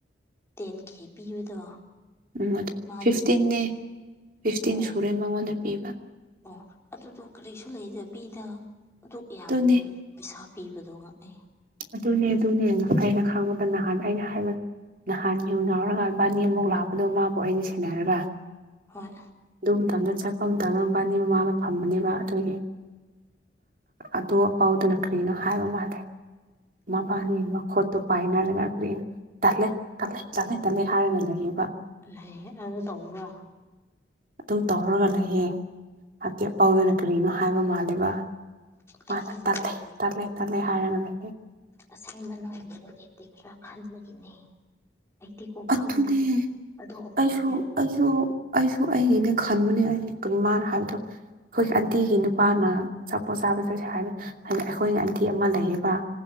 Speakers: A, on the left; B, on the right.
A: ꯇꯦꯟ ꯀꯦ ꯄꯤꯕꯗꯣ
B: ꯎꯝ ꯑꯗꯨ
A: ꯃꯥꯒꯤ
B: ꯐꯤꯐꯇꯤꯦ ꯐꯤꯐꯇꯤꯟ
A: ꯑꯣ
B: ꯁꯨꯔꯦ ꯃꯉꯣꯟꯗ ꯄꯤꯕ
A: ꯑꯣ ꯑꯗꯨꯗꯣ ꯀꯔꯤꯁꯨ ꯂꯩꯖꯕꯤꯗ ꯑꯗꯨ ꯌꯥꯝꯌꯥꯝꯕ
B: ꯑꯗꯨꯅꯦ
A: ꯄꯩꯁꯥ ꯄꯤꯕꯗꯣ ꯉꯥꯛꯑꯦ
B: ꯑꯗꯨꯅꯦ ꯑꯗꯨꯅꯦꯅ ꯑꯩꯅ ꯈꯪꯕꯗ ꯅꯍꯥꯟ ꯑꯩꯅ ꯍꯥꯏꯕ ꯅꯍꯥꯟ ꯌꯨꯝ ꯉꯥꯎꯔꯒ ꯏꯕꯥꯅꯤ ꯑꯃꯨꯛ ꯂꯥꯛꯄꯗꯣ ꯃꯥꯕꯨ ꯑꯩꯅ ꯁꯦꯟꯅꯔꯒ
A: ꯍꯣꯏ
B: ꯑꯗꯨ ꯃꯇꯝꯗ ꯆꯠꯄ ꯑꯝꯇ ꯉꯝꯕꯥꯅꯤ ꯃꯃꯥꯡꯗ ꯐꯝꯕꯅꯦꯕ ꯑꯗꯨꯒꯤ ꯑꯗꯨ ꯑ ꯄꯥꯎꯗꯨꯅ ꯀꯔꯤꯅꯣ ꯍꯥꯏꯕ ꯃꯥꯜꯂꯦ ꯃꯕꯥꯅꯤ ꯃꯈꯣꯠꯇꯨ ꯄꯥꯏꯅꯔꯒ ꯀꯒ꯭ꯔꯔꯤꯅ ꯇꯜꯂꯦ ꯇꯠꯂꯦ ꯇꯠꯂꯦ ꯇꯠꯂꯦ ꯍꯥꯏꯔꯒ ꯂꯩꯌꯦꯕ
A: ꯂꯩ ꯑꯗꯨ ꯇꯧꯕꯧꯕ꯭ꯔ
B: ꯑꯗꯨꯝ ꯇꯧꯔꯒ ꯂꯩꯌꯦ ꯍꯥꯏꯕꯗꯤ ꯄꯥꯎꯗꯅ ꯀꯔꯤꯅꯣ ꯍꯥꯏꯕ ꯃꯥꯜꯂꯤꯕ
A: ꯑꯩꯗꯤ
B: ꯃꯥ
A: ꯅꯣꯏꯒꯤ
B: ꯇꯜꯂꯦ ꯇꯜꯂꯦ ꯇꯜꯂꯦ ꯍꯥꯏꯔꯅ ꯂꯩ
A: ꯑꯁꯦꯡꯕ ꯅꯕꯅꯦꯠꯇꯤꯕ꯭ꯔꯥ ꯈꯟꯕꯒꯤꯅꯤ ꯑꯩꯗꯤꯤꯀꯣ
B: ꯑꯗꯨꯅꯦ
A: ꯈꯪꯗꯦ ꯑꯗꯣ ꯑꯄꯥꯎ
B: ꯑꯩꯁꯨ
A: ꯌꯥꯏꯕꯤ ꯈꯪꯗꯦ
B: ꯑꯩꯁꯨ ꯑꯩꯁꯨ ꯑꯩꯒꯤꯅꯦ ꯈꯟꯕꯅꯦꯃꯥꯅ ꯍꯥꯏꯕꯗꯣ ꯑꯩꯈꯣꯏꯒꯤ
A: ꯎꯝ
B: ꯑꯟꯇꯤꯒꯤ ꯅꯨꯄꯤ ꯄꯥꯅ ꯆꯄꯣꯠ ꯆꯥꯕ ꯆꯠꯁꯦ ꯍꯥꯏꯕ ꯍꯥꯏ ꯑꯩꯈꯣꯏꯒꯤ ꯑꯟꯊꯤ ꯑꯃ ꯂꯩꯔꯤꯕ